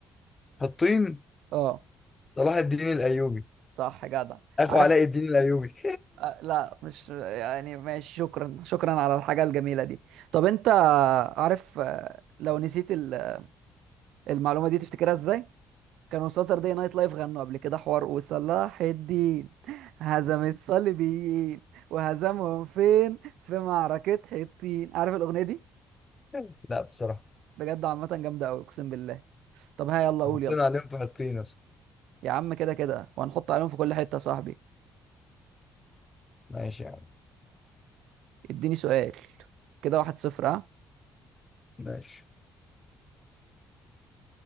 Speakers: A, on the left (about 25°); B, on the right (about 85°).
A: حطين
B: اه
A: صلاح الدين الأيوبي
B: صح جدع
A: أخو
B: عارف
A: علاء الدين الأيوبي
B: آه، لا مش يعني ماشي شكرا شكرا على الحاجة الجميلة دي طب انت عارف آه، لو نسيت ال- المعلومة دي تفتكرها ازاي؟ كانوا ساتردي نايت لايف غنوا قبل كده حوار وصلاح الدين هزم الصليبيين وهزمهم فين؟ في معركة حطين عارف الأغنية دي؟
A: <laughs> لا بصراحة
B: بجد عامة جامدة أوي أقسم بالله طب ها يلا قول
A: حطينا
B: يلا
A: عليهم في حطين أصلا
B: يا عم كده كده وهنحط عليهم في كل حتة يا صاحبي
A: ماشي يا عم
B: اديني سؤال كده واحد صفر ها؟
A: ماشي